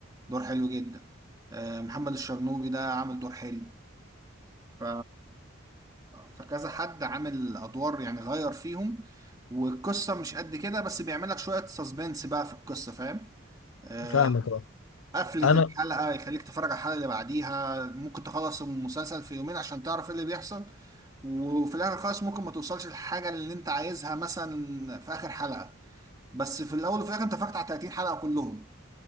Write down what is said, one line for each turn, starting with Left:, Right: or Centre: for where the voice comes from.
Right: دور حلو جدا آه، محمد الشرنوبي ده عامل دور حلو ف... فكذا حد عامل ادوار يعني غير فيهم والقصه مش قد كده بس بيعمل لك شويه سسبنس بقى في القصه فاهم آه،
Left: فاهمك اه
Right: قفله
Left: انا
Right: الحلقه يخليك تتفرج على الحلقه اللي بعديها ممكن تخلص المسلسل في يومين عشان تعرف ايه اللي بيحصل وفي الاخر خالص ممكن ما توصلش للحاجه اللي انت عايزها مثلا في اخر حلقه بس في الاول وفي الاخر انت فاكت على 30 حلقه كلهم